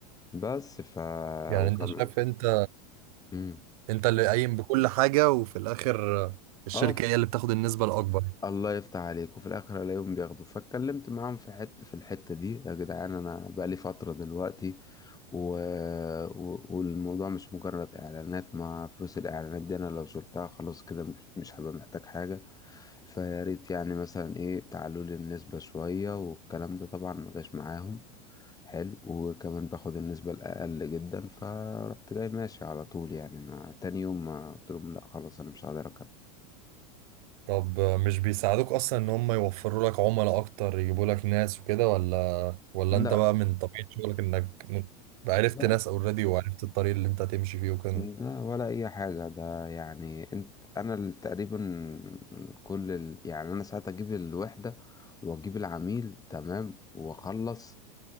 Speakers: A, on the left (about 20°); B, on the right (about 65°).
A: بس ف
B: يعني
A: وكم
B: انت شايف انت
A: مم.
B: انت اللي قايم بكل حاجة وفي الاخر آه، الشركة
A: اه ف-
B: هي اللي بتاخد النسبة الاكبر
A: الله يفتح عليك وفي الآخر ألاقيهم بياخدوا فاتكلمت معاهم في حتة في الحتة دي يا جدعان أنا بقالي فترة دلوقتي و... و... والموضوع مش مجرد إعلانات ما فلوس الإعلانات دي أنا لو شلتها خلاص كده مش مش هبقى محتاج حاجة فياريت يعني مثلا إيه تعالوا لي النسبة شوية والكلام ده طبعا ما جاش معاهم حلو وكمان باخد النسبة الأقل جدا فرحت جاي ماشي على طول يعني ما تاني يوم ما قلت لهم لا خلاص أنا مش هقدر أكمل
B: طب آه، مش بيساعدوك اصلا ان هم يوفروا لك عملاء اكتر يجيبوا لك ناس وكده ولا ولا
A: لا
B: انت بقى من طبيعة شغلك انك م- عرفت
A: لا
B: ناس اوريدي وعرفت الطريق اللي انت هتمشي فيه وكده
A: لا ولا أي حاجة ده يعني أنت أنا ال- تقريبا كل ال... يعني أنا ساعات أجيب الوحدة وأجيب العميل تمام وأخلص